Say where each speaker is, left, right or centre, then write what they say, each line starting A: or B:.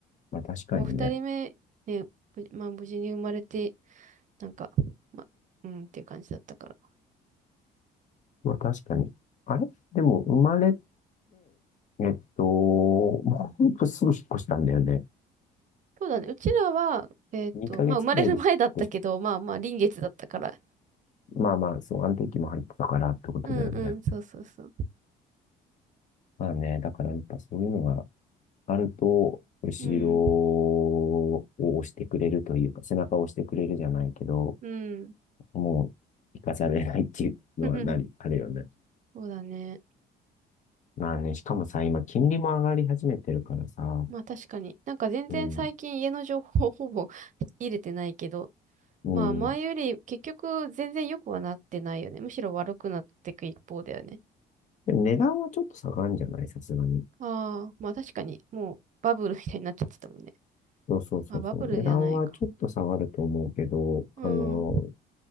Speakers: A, on the left; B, on the right.
A: まあ確かにね。
B: もう二人目、ね、ぶまあ無事に生まれて、なんか、まあ、うんっていう感じだったから。
A: まあ確かに。あれでも生まれて、えっと、もうほんとすぐ引っ越したんだよね。
B: そうだね。うちらは、えっと、
A: 2ヶ月くらいで引っ越し、
B: まあ生まれる前だったけど、まあまあ臨月だったから、
A: まあまあ、そう、安定期も入ってたからってことだよね。
B: うんうん、そうそうそう。
A: まあね、だからやっぱそういうのがあると、後ろを押してくれるというか、
B: うん、
A: 背中を押してくれるじゃないけど、
B: うん。
A: もう、生かされないっていうのはなり、
B: <laughs>
A: あるよね。
B: そうだね。
A: まあね、しかもさ、今、金利も上がり始めてるからさ、
B: まあ確かに。なんか全然最近家の情報ほぼ
A: うん、
B: 入れてないけど、
A: うん。
B: まあ前より結局全然良くはなってないよね。むしろ悪くなっていく一方だよね。
A: でも値段はちょっと下がるんじゃないさすがに。
B: ああ、まあ確かに、もうバブルみたいになっちゃってたもんね。
A: そうそうそうそう。
B: あ、バブルじゃないか。
A: 値段はちょっと下がると思うけど、
B: うん。
A: あの、